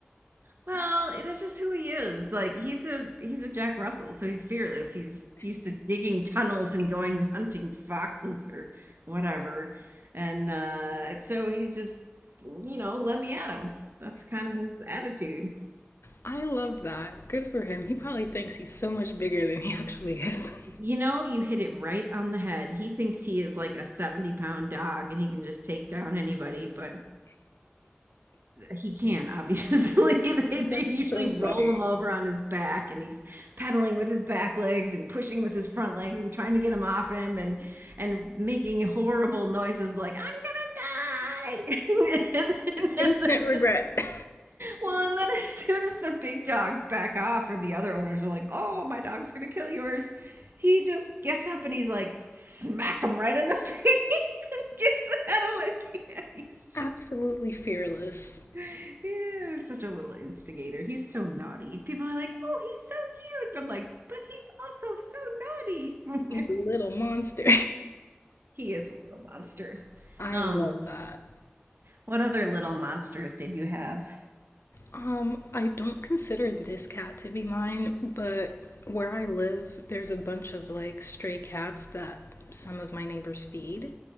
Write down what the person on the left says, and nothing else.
I love that. Good for him. He probably thinks he's so much bigger than he actually is. <laughs>
That's
so
funny.
Instant regret.
<laughs> Absolutely fearless.
She's a little
monster.
<laughs> I
love that.
Um, I don't consider this cat to be mine, but where I live, there's a bunch of like stray cats that some of my neighbors feed.